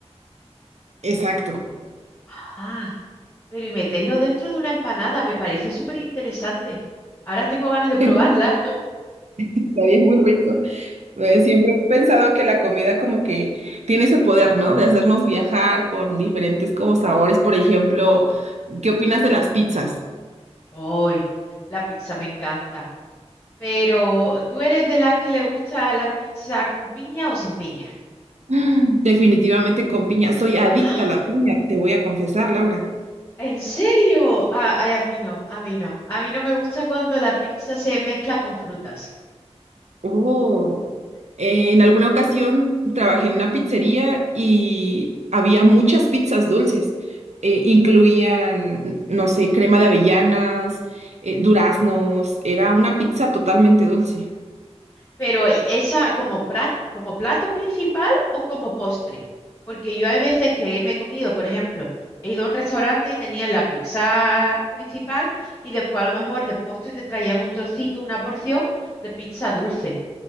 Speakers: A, on the right (about 80°); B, on the left (about 25°).
A: Exacto.
B: Ah, Pero y meterlo dentro de una empanada, me parece súper interesante. Ahora tengo ganas de probarla.
A: <laughs> Estaría muy rico. Eh, Siempre he pensado
B: <laughs>
A: que la comida como que tiene ese poder, ¿no? De hacernos viajar con diferentes como sabores. Por ejemplo, ¿qué opinas de las pizzas?
B: Hoy, la pizza me encanta. Pero, ¿tú eres de las que le gusta la pizza con piña o sin piña?
A: Mm, Definitivamente con piña. Soy
B: <gasps>
A: adicta a la piña, te voy a confesar, Laura.
B: ¿En serio? Ah, ay, a mí no, a mí no. A mí no me gusta cuando la pizza se mezcla con frutas.
A: Oh. Eh, en alguna ocasión trabajé en una pizzería y había muchas pizzas dulces. Eh, incluían, no sé, crema de avellanas, eh, duraznos. Era una pizza totalmente dulce.
B: Pero esa como, pra- como plato principal o como postre. Porque yo hay veces que me he comido, por ejemplo, he ido a un restaurante y tenía la pizza principal y después a lo mejor de postre te traían un trocito, una porción de pizza dulce.